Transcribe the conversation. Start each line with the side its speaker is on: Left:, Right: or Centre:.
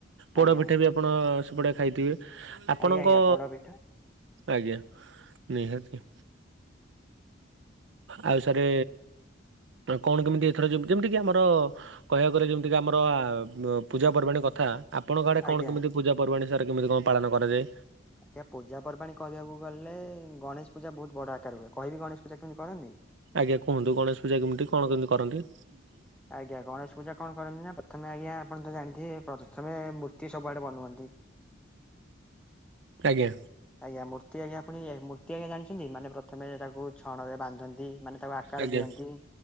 Right: ପୋଡ
Centre: ଆଜ୍ଞା
Right: ପିଠା ବି ଆପଣ ସେପଟେ ଖାଇଥିବେ ଆପଣଙ୍କ
Centre: ଆଜ୍ଞା ଆଜ୍ଞା ପୋଡ ପିଠା
Right: ଆଜ୍ଞା ନିହାତି। ଆଉ ସାରେ କଣ କେମିତି ଏଥର ଯେମିତି କିି ଆମର କହିବାକୁ ଗଲେ ଯେମିତି କି ଆମର ପୂଜା ପର୍ବାଣୀ କଥା ଆପଣଙ୍କ ଆଡେ କଣ
Centre: ଆଜ୍ଞା।
Right: କେମିତି ପୂଜା ପର୍ବାଣି ସାରେ କେମିତି କଣ ପାଳନ କରାଯାଏ?
Centre: ଆଜ୍ଞା ପୂଜା ପର୍ବାଣି କହିବାକୁ ଗଲେ ଗଣେଶ ପୂଜା ବହୁତ ବଡ ଆକାର ହୁଏ କହିବି ଗଣେଶ ପୂଜା କେମିତି କରନ୍ତି?
Right: ଆଜ୍ଞା କୁହନ୍ତୁ ଗଣେଶ ପୂଜା କେମିତି କଣ କେମିତି କରନ୍ତି? <inaudible>
Centre: ଆଜ୍ଞା ଗଣେଶ ପୂଜା କଣ କରନ୍ତି ନା ପ୍ରଥମେ ଆଜ୍ଞା ଆପଣ ତ ଜାଣିଥିବେ ପ୍ରଥମେ ମୂର୍ତ୍ତି ସବୁଆଡେ ବନୁଅନ୍ତି।
Right: ଆଜ୍ଞା।
Centre: ଆଜ୍ଞା ମୂର୍ତ୍ତି ଆଜ୍ଞା ପୁଣି ମୂର୍ତ୍ତି ଆଜ୍ଞା ଜାଣିଛନ୍ତି ମାନେ ପ୍ରଥମେ ତାକୁ ଛଣରେ ବାନ୍ଧନ୍ତି। ମାନେ ତାକୁ ଆକାର
Right: ଆଜ୍ଞା
Centre: ଦିଅନ୍ତି।